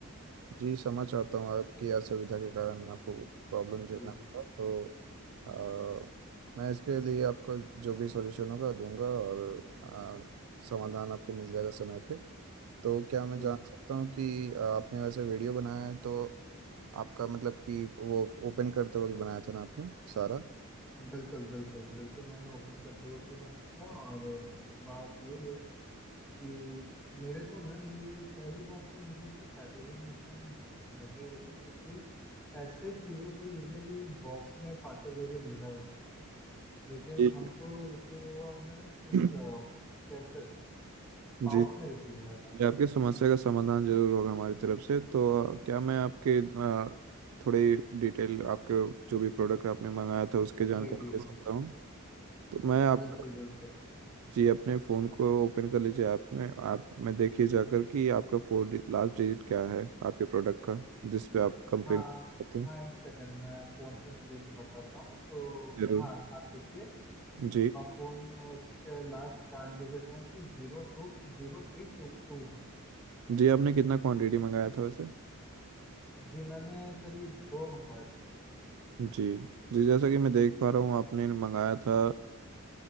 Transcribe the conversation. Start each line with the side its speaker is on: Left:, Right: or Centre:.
Right: जी समझ चाहता हूँ आपकी असुविधा के कारण आपको प्रॉब्लम झेलना
Centre: जी
Right: होगा तो अ, मैं इसके लिए आपको जो भी सॉल्यूशन होगा दूंगा और अ, समाधान आपको मिल जाएगा समय पे तो क्या मैं
Centre: जी
Right: जान सकता हूँ कि अ, आपने वैसे वीडियो बनाया है तो आपका मतलब कि वो ओपन करते वक्त बनाया था ना आपने सारा
Centre: बिल्कुल बिल्कुल बिल्कुल मैंने ओपन करते वक्त ही बनाया था और बात यही है कि मेरे को ना ये पहली बात तो मुझे इसकी पैकेजिंग एकदम घटिया लगी क्योंकि ऐसे चीज़ों को यूजुअली एक बॉक्स में पार्सल करके भेजा जाता है ना लेकिन
Right: जी
Centre: हमको रिसीव हुआ है
Right: <clears throat>
Centre: एक अ, कैसे पाउच
Right: जी
Centre: में रिसीव हुआ है
Right: जी,
Centre: यार
Right: आपकी समस्या का समाधान जरूर होगा हमारी तरफ से तो क्या मैं आपके अ, थोड़ी डिटेल आपके जो भी प्रोडक्ट आपने मंगाया था उसके जानकारी
Centre: जी जी
Right: दे
Centre: जी
Right: सकता हूँ तो मैं आप
Centre: बिल्कुल बिल्कुल
Right: जी अपने फ़ोन को ओपन कर लीजिए ऐप में आप में देखिए जाकर कि आपका फोर लास्ट डिजिट क्या है आपके प्रोडक्ट का जिस पे आप कंप्लेन
Centre: हाँ
Right: करते हैं
Centre: हाँ एक सेकंड मैं फ़ोन से दे के बताता हूँ तो
Right: जरूर
Centre: हाँ आप लिखिए
Right: जी
Centre: फ़ोन उसके लास्ट चार डिजिट हैं कि zero थ्रू जीरो three two two one.
Right: जी आपने कितना क्वांटिटी मंगाया था वैसे
Centre: जी मैंने करीब दो मंगवाए थे
Right: जी जी जैसा कि मैं देख पा रहा हूँ आपने मंगाया था